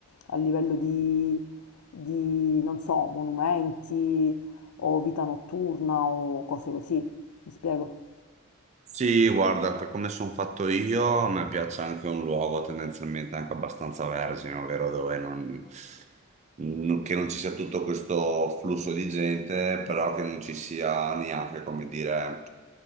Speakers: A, on the left; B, on the right.
A: a livello di, di, non so, monumenti o vita notturna o cose così, mi spiego?
B: Sì, guarda, per come sono fatto io, a me piace anche un luogo tendenzialmente anche abbastanza vergine, ovvero dove non, n- che non ci sia tutto questo flusso di gente, però che non ci sia neanche, come dire,